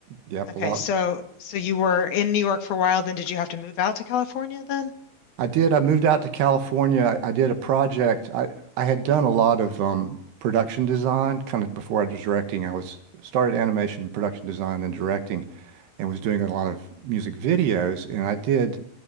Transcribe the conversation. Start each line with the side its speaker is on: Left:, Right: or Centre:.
Right: Yep.
Left: Okay,
Right: A lot.
Left: so so you were in New York for a while, then did you have to move out to California then?
Right: I did. I moved out to California. I, I did a project. I, I had done a lot of um, production design kind of before I was directing. I was started animation, production design, then directing, and was doing a lot of music videos. And I did